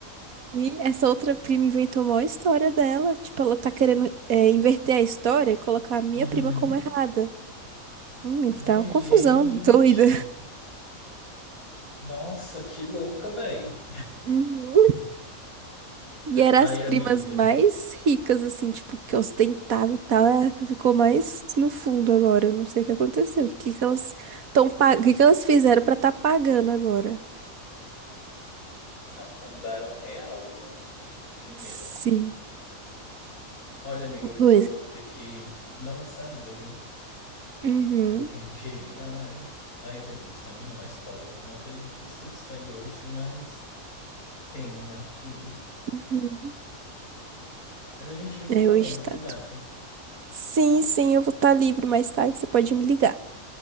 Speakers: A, on the right (about 75°); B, on the left (about 85°).
A: Sim, essa outra prima inventou uma história dela. Tipo, ela tá querendo é, inverter a história e colocar a minha
B: Uhum.
A: prima como errada. Hum, tá
B: Mas,
A: uma confusão
B: gente,
A: doida.
B: nossa, que louca, velho.
A: Uhum. E eram
B: Ai,
A: as primas
B: amiga,
A: mais ricas, assim, tipo, que ostentava e tal. É a que ficou mais no fundo agora. Eu Não sei o que aconteceu. O que que elas tão pag... O que que elas fizeram pra tá pagando agora?
B: afundaram real, viu? Dinheiro.
A: Sim.
B: Olha, amiga, eu vou
A: Pois.
B: ter que dar uma saída, viu?
A: Uhum.
B: Eu tenho que. Ai, ai, eu tenho que buscar minha irmã na escola. Tô com uma preguiça de sair hoje, mas. Tenho, né? Que.
A: Uhum.
B: Mas a gente vai se falando,
A: É o estado.
B: viu, gato?
A: Sim, sim, eu vou estar livre mais tarde. Você pode me ligar.